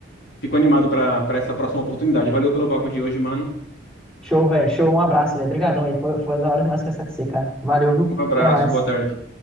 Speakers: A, on the left; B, in the centre.
A: Fico animado para para essa próxima oportunidade. Valeu pelo papo de hoje, mano.
B: Show, velho. Show. Um abraço, velho. Obrigadão aí. Foi, foi da hora demais conversar com você, cara. Valeu, viu?
A: Um abraço,
B: Até mais.
A: boa tarde.